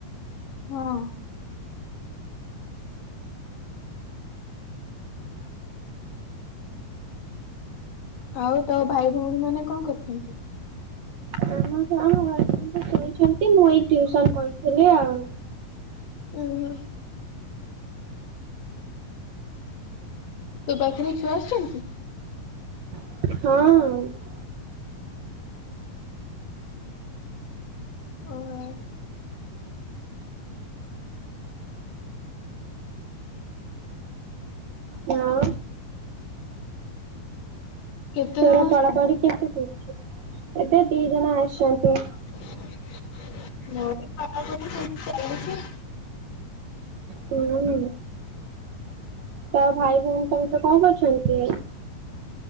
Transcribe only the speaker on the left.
ହଁ। ଆଉ ତୋ ଭାଇ ଭଉଣୀ ମାନେ କଣ କରୁଛନ୍ତି?
ଓ ହୋ। ତୋ ପାଖରେ ଛୁଆ ଆସୁଛନ୍ତି?
ଓହୋ।
କେତେ
ଜଣ ଆସୁଛନ୍ତି?
ମୋର ପଢ଼ା ପଢି ସେମିତି ଚାଲିଛି।